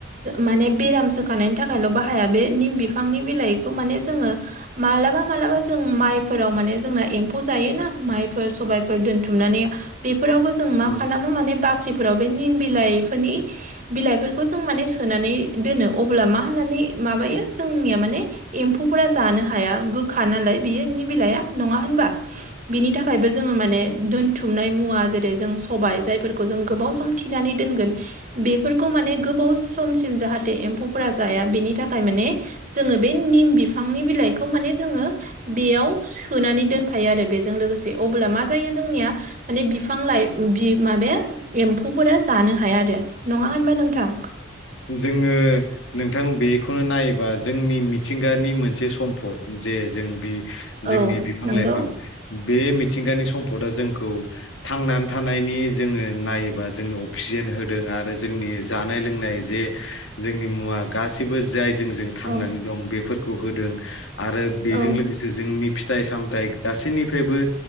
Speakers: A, on the right (about 40°); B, on the left (about 75°).
A: माने बेराम सोखानायनि थाखायल' बाहाया बे निम बिफांनि बिलाइखौ माने जोङो मालाबा माबालाबा जों माइफोराव माने जोंना एम्फौ जायोना माइफोर सबायफोर दोनथुमनानै बेफोरावबो जों
B: औ
A: मा खालामो माने बाख्रिफोराव बे निम बिलाइफोरनि बिलाइफोरखौ जों माने सोनानै दोनो अब्ला मा होननानै माबायो जोंनिया माने एम्फौफोरा जानो हाया गोखा नालाय बियो निम बिलाइया नङा होनबा बिनि थाखायबो जोङो माने दोनथुमनाय मुवा जेरै जों सबाय जायफोरखौ जों गोबाव सम थिनानै दोनगोन बेफोरखौ माने गोबाव समसिम जाहाथे एम्फौफोरा जाया बेनि थाखाय माने जोङो बे निम बिफांनि बिलाइखौ माने जोङो बेयाव सोनानै दोनफायो आरो बेजों लोगोसे अब्ला मा जायो जोंनिया माने बिफां लाइ माबाया एम्फौफोरा जानो हाया आरो नङा होनबा नोंथां?
B: जोङो नोंथां बेखौ नायोबा जोंनि मिथिंगानि मोनसे सम्पद जे जों बि जोंनि
A: औ
B: बिफां
A: नंगौ
B: लाइफां बे मिथिंगानि सम्पदा जोंखौ थांनानै थानायनि जोङो नायोबा जोंनो अक्सिजेन होदों आरो। जोंनि जानाय लोंनाय जे जोंनि मुवा गासैबो जाय जों जों थांनानै
A: औ
B: दं बेफोरखौ होदों। आरो बेजों
A: औ
B: लोगोसे जोंनि फिथाइ सामथाइ गासैनिफ्रायबो